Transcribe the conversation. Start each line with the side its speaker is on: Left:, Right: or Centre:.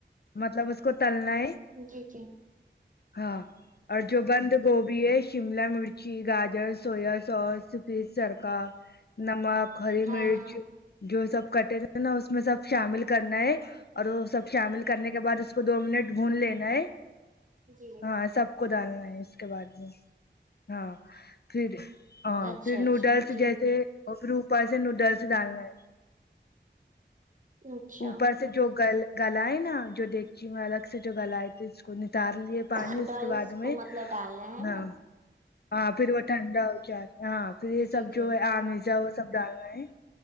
Left: مطلب اس کو تلنا ہے
Right: جی جی
Left: ہاں اور جو بند گوبھی ہے شملہ مرچ ی گاجر سویا ساس پھر سرکہ نمک ہری
Right: ہاں
Left: مرچ
Right: ہاں
Left: جو سب کٹے نا اس میں سب شامل کرنا ہے اور وہ سب شامل کرنے کے بعد اس کو دو منٹ بھون لینا ہے
Right: جی
Left: ہاں سب کو ڈالنا ہے اس کے بعد میں ہاں پھر ہاں
Right: اچھا
Left: پھر
Right: اچھا
Left: نوڈلس
Right: جی
Left: جیسے اور پھر اوپر سے نوڈلس ڈالنا ہے
Right: اچھا
Left: اوپر جو گل گلا ئے نا جو دیکچی میں الگ سے جو گلا ئے تھے اس کو نتار لیے پانی
Right: نوڈلس
Left: اس کے بعد میں
Right: کو مطلب ڈالنا ہے
Left: نا ہاں پھر وہ ٹھنڈا ہو جاۓ ہاں پھر یہ سب
Right: جی جی
Left: جو ہے آمیزہ وہ سب ڈالنا ہے